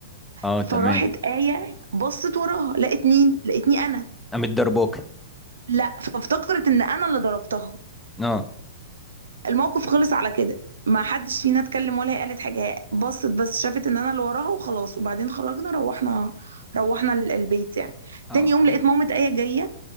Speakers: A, in the centre; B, on the right.
A: اه
B: فراحت
A: تمام
B: آية بصت وراها لقت مين لقتني انا
A: قامت ضربوك
B: لا فافتكرت ان انا اللي ضربتها
A: اه
B: الموقف خلص على كده ما حدش فينا اتكلم ولا هي قالت حاجه هي بصت بس شافت ان انا اللي وراها وخلاص وبعدين خرجنا روحنا روحنا ال- البيت يعني
A: اه
B: تاني يوم لقيت مامة آية جايه